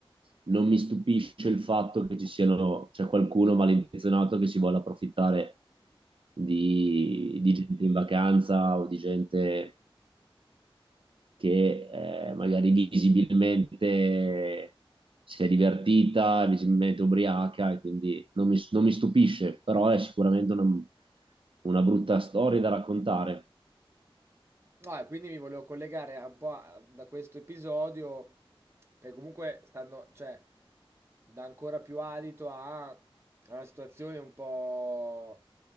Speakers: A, on the right (about 65°); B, on the right (about 25°).
A: non mi stupisce il fatto che ci siano, c'è qualcuno malintenzionato che si vuole approfittare di, di gente in vacanza o di gente che eh, magari visibilmente si è divertita, visibilmente ubriaca e quindi non mi, non mi stupisce, però è sicuramente una, una brutta storia da raccontare.
B: No, e quindi mi volevo collegare a- un po' a- da questo episodio, perché comunque stanno, cioè, dà ancora più adito a, a una situazione un po'